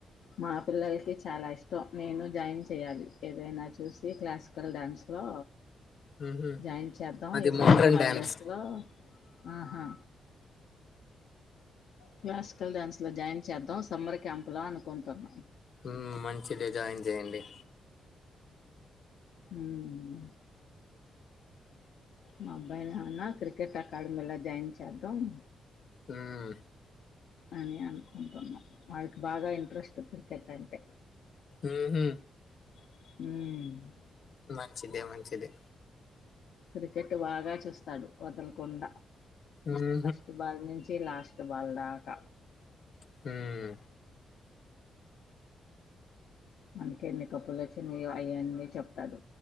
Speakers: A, on the left; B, on the left.
A: మా పిల్లలకి చాలా ఇష్టం నేను జాయిన్ చెయ్యాలి ఏదైనా చూసి క్లాసికల్ డాన్స్లో
B: ఊహూ
A: జాయిన్ చేద్దాం
B: అది
A: ఈ సమ్మర్
B: మోడ్రన్
A: హాల్డేస్సులో
B: డ్యాన్స్
A: ఆహా క్లాసికల్ డ్యాన్స్లో జాయిన్ చేద్దాం సమ్మర్ క్యాంప్ లో అనుకుంటున్నామ్
B: మ్ మంచిదే జాయిన్ చేయ్యండి
A: హుమ్ మా అబ్బాయిలను ఏమన్న క్రికెట్ అకాడమీలో జాయిన్ చేద్దామ్
B: హుమ్
A: అని అన్కుంటున్న వాడికి బాగా ఇంట్రెస్ట్ క్రికెట్ అంటే
B: మ్ హు
A: మ్
B: మంచిదె మంచిదె
A: క్రికెట్ బాగా చూస్తాడు వదల్కుండా
B: ఊహూ
A: ఫస్ట్ బాల్ నుం చి లాస్ట్ బల్ దాక
B: హూ మ్
A: మనకేన్ని కప్పులోచ్చినయో అయన్ని చెప్తాడు